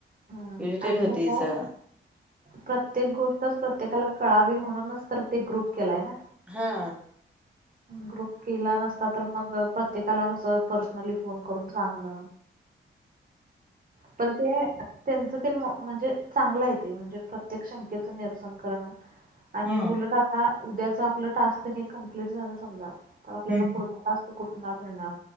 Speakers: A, on the right (about 45°); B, in the centre.
A: हम्म
B: इरिटेट
A: आणि
B: होते
A: कसं
B: सा
A: आहे. प्रत्येक गोष्टच प्रत्येकाला कळावी म्हणूनच तर ते ग्रुप केलाय ना.
B: हा.
A: ग्रुप केला नसता तर मग प्रत्येकाला कसं पर्सनली फोन करून सांगण. पण ते. त्यांचं ते मो म्हणजे चांगलं आहे ते म्हणजे प्रत्येक शंक्येचं निरसन करणं. आणि
B: हा
A: उलट आता उद्याच आपलं टास्क हे कमप्लीट झालं समजा तर आपल्याला
B: हम्म
A: पुढचा टास्क. त कुठु मीळणार